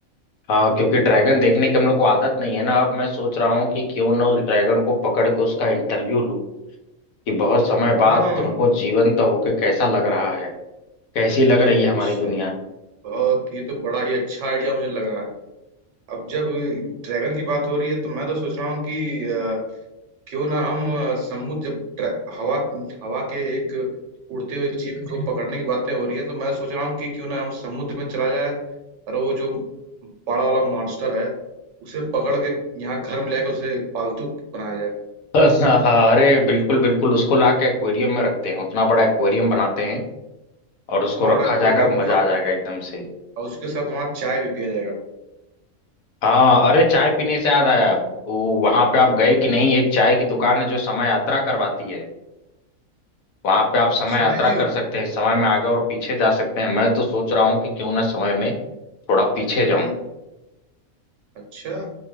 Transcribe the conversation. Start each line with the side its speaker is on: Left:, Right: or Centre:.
Left: हाँ क्योंकि ड्रैगन देखने की हम लोग को आदत नहीं है ना अब मैं सोच रहा हूँ कि क्यों ना उस ड्रैगन को पकड़ के उसका इंटरव्यू लूं कि बहुत समय बाद
Right: हम्म
Left: तुमको जीवंत होके कैसा लग रहा है कैसी लग रही
Right: अच्छा
Left: है हमारी दुनिया <laughs>
Right: बहुत ये तो बड़ा ही अच्छा आइडिया मुझे लग रहा है अब जब ड्रैगन की बात हो रही है तो मैं तो सोच रहा हूँ कि अ, क्यों ना हम अ, समुद्र जब ड्रै- हवा हवा के एक उड़ते हुए जीव को पकड़ने की बातें हो रही है तो मैं सोच रहा हूँ कि क्यों ना हम समुद्र में चला जाए और वो जो बड़ा वाला मॉन्स्टर है उसे पकड़ के यहाँ घर में लेकर उसे पालतू बनाया जाए
Left: हाँ, अरे बिल्कुल बिल्कुल उसको ला के एक्वेरियम में रखते हैं उतना बड़ा एक्वेरियम बनाते हैं और उसको
Right: इतना
Left: रखा
Right: बड़ा aquarium
Left: जाएगा मजा
Right: बा-
Left: आ जाएगा एकदम से
Right: और उसके साथ वहाँ चाय भी पिया जाएगा
Left: हाँ अरे चाय पीने से याद आया वो वहां पे आप
Right: हम्म
Left: गए कि नहीं एक चाय की दुकान है जो समय यात्रा करवाती है वहां पे आप
Right: अच्छा
Left: समय यात्रा
Right: नहीं नहीं
Left: कर सकते हैं समय में आगे और पीछे जा सकते हैं मैं तो सोच रहा हूँ कि क्यों ना समय में थोड़ा पीछे जाऊं
Right: हम्म अच्छा